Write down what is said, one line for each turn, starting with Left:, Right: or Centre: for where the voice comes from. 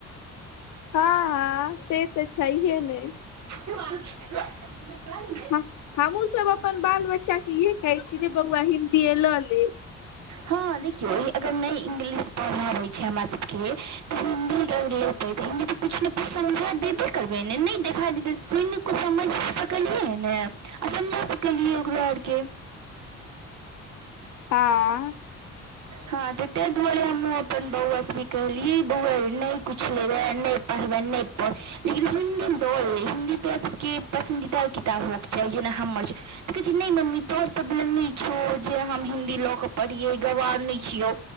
Left: हां-हां से तऽ छहिए नै
Right: <unintelligible> से कहली नै।
Left: हम हम्हूँ सब अपन बाल बच्चा के इहे कहय छीयै जे रे बौआ हिन्दीए लऽ लै।
Right: हां-हां देखियौ अगर नै इंग्लिश पढ़ा आबय छै हमरा सबके तऽ हिन्दी अगर लेतय त हिन्दी तऽ कुछ ने कुछ समझा देबय करबै नै नै देखा देबय सुन तै समझय सकलियै नै आ समझा सकलियै ओकरो आरके।
Left: हां।
Right: हां त तै दुआरे हम्हुँ अपन बौआ सबके कहलियै बौआ रे नै कुछ लेबय नै पढ़बै नै पढ़ लेकिन हिन्दी ल लै हिन्दी तोरा सबके पसन्दीदा किताब हो या जेना हम्मर छै त कहे छै नै मम्मी तोहर सब बला नै छौ जे हम हिन्दी ल के पढ़ पढ़िए गवार नै छियौ।